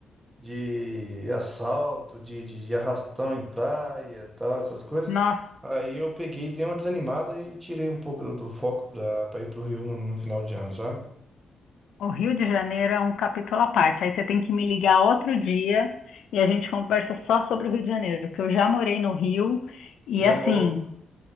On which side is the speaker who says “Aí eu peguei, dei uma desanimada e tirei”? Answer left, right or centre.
Right